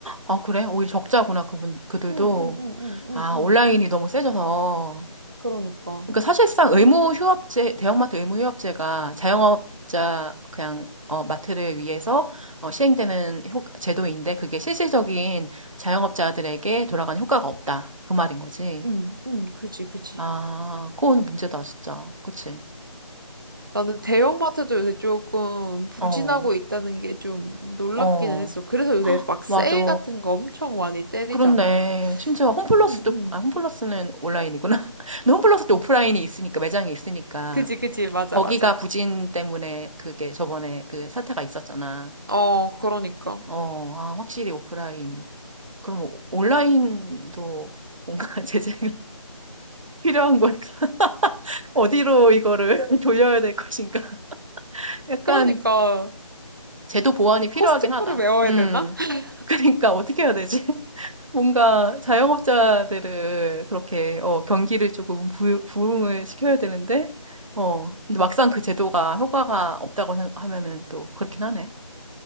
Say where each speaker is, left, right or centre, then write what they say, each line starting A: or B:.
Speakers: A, on the right; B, on the right.
A: 아, 그래? 오히려 적자구나, 그분, 그들도.
B: 응, 응, 응, 응, 응,
A: 아,
B: 응.
A: 온라인이 너무 세져서.
B: 그러니까.
A: 그러니까 사실상
B: 나는
A: 의무
B: 그-
A: 휴업제, 대형마트 의무 휴업제가 자영업자 그냥 어, 마트를 위해서 어, 시행되는 효, 제도인데 그게 실질적인 자영업자들에게 돌아가는 효과가 없다. 그 말인 거지.
B: 음, 음, 그지, 그지.
A: 아, 그건 문제다, 진짜. 그치?
B: 나는 대형마트도 요새 조금 부진하고
A: 어,
B: 있다는 게 좀 놀랍기는
A: 어,
B: 했어. 그래서 요새 막 세일
A: 맞아.
B: 같은 거 엄청 많이 때리잖아.
A: 그렇네. 심지어 홈플러스도,
B: 음, 음.
A: 아, 홈플러스는 온라인이구나. <laughs> 근데 홈플러스도 오프라인이 있으니까, 매장이 있으니까.
B: 그지, 그지. 맞아,
A: 거기가
B: 맞아.
A: 부진 때문에 그게 저번에 그 사태가 있었잖아.
B: 어, 그러니까.
A: 어, 아, 확실히 오프라인. 그럼 오- 온라인도 뭔가 <laughs> 제재가 필요한 걸까? 어디로 이거를 <laughs> 돌려야 될 것인가? 약간
B: 그러니까,
A: 제도 보완이 필요하긴
B: 코스트코를
A: 하다.
B: 외워야
A: 음.
B: 되나? <laughs>
A: 그러니까 어떻게 해야 되지? <laughs> 뭔가 자영업자들을 그렇게 어, 경기를 조금 부, 부흥을 시켜야 되는데 어, 근데 막상 그 제도가 효과가 없다고 하- 하면은 또 그렇긴 하네.